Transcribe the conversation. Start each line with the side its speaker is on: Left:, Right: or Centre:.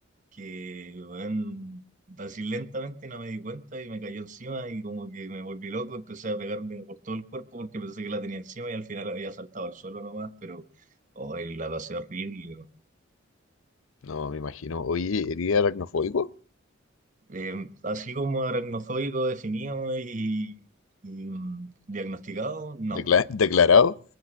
Right: que, bueno, así lentamente no me di cuenta y me cayó encima y como que me volví loco. Empecé a pegarme por todo el cuerpo porque pensé que la tenía encima y al final había saltado al suelo nomás, pero hoy la pasé horrible.
Left: No, me imagino. Oye, ¿eres aracnofóbico?
Right: Eh, así como aracnofóbico definido y, y, mm, diagnosticado, no.
Left: Decla- ¿Declarado?